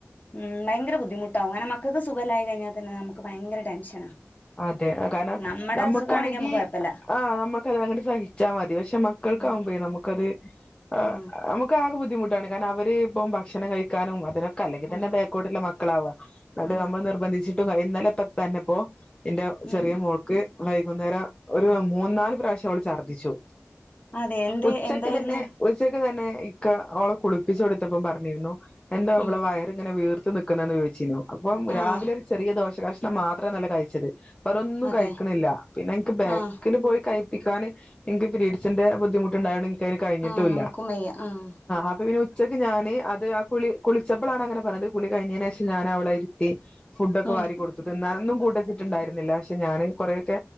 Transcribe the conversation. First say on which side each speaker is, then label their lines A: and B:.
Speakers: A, on the left (about 35°); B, on the left (about 20°).
A: ഉം ഭയങ്കര ബുദ്ധിമുട്ടാവും കാരണം മക്കക്ക് സുഖല്ലായി കഴിഞ്ഞാ തന്നെ നമുക്ക് ഭയങ്കര ടെൻഷനാ
B: അതെ കാരണം
A: നമ്മടെ
B: നമ്മ്ക്കാണെങ്കി
A: അസുഖാണെങ്കി നമുക്ക് കൊഴപ്പല്ല
B: ആ അമ്മക്കതെ ങ്ങട് സഹിച്ചാ മതി പഷെ മക്കൾക്കാവുമ്പഴെ
A: ഉം
B: നമുക്കത് ആ
A: ആഹ്
B: നമക്ക് ആകെ ബുദ്ധിമുട്ട ണ് കാരണം അവര് ഇപ്പം ഭക്ഷണം കഴിക്കാനും അതിനൊക്ക് ക്കല്ലെങ്കിൽ
A: ആഹ്
B: തന്നെ ബേക്കോട്ടിള്ള മക്കളാവാ ന്നിട്ട്
A: ആഹ്
B: നമ്മൾ നിർബന്ധിച്ചിട്ടും കഴി ഇന്നലെ പത്ത്തന്നെപ്പോ എന്റെ
A: ഉം
B: ചെറിയ മോൾക്ക് വൈകുന്നേരം ഒരു മൂ നാല് പ്രാശ്യം <unintelligible> ഛർദിച്ചു
A: അതെ എന്ത്
B: ഉച്ചക്ക്
A: എന്തായിരുന്നു
B: തന്നെ ഉച്ചക്ക് തന്നെ ഇക്ക ഓൾ കുളിപ്പിച്ചു കൊടുത്തപ്പം പറഞ്ഞിരുന്നു എന്താ അവളെ
A: ഉം
B: വയറിങ്ങനെ വീർ നിക്കന്നന്ന് ചോയിച്ചീന്നു അപ്പം
A: ആഹ്
B: രാവിലെ ഒരു ചെറിയ ദോശ് ശ ഷ്ണം മാത്രാനല്ലേ കയ് ച്ചത് വേറൊന്നും
A: അതെ
B: കഴിക്കണില്ല പിന്നെ എനിക്ക് ബാക്കില്
A: ആഹ്
B: പോയി കഴപ്പിക്കാന് എങ്കി പിരീട്സിന്റെ ബുദ്ധിമു ട്ട്ണ്ടായൊണ്ട് ഇൻക്ക് അയ്ന് കഴിഞ്ഞിട്ടുല്ല
A: ആഹ് നമുക്കും വയ്യ ആഹ്
B: അപ്പ പിന്നെ ഉച്ചക് ക്ക് ഞാന് അത് ആ കുളി കുളിച്ചപ്പളാണ് അങ്ങനെ പറത് കുളി കഴിഞ്ഞതിന് ശേഷം ഞാൻ അവളെ ഇര്ത്തി ഫുഡോക്കെ
A: ഉം
B: വാരി കൊടുത്ത് തിന്നാനൊന്നും കൂട്ട ണ്ടായിരുന്നില്ല പക്ഷെ ഞാനും കൊറെയൊക്കെ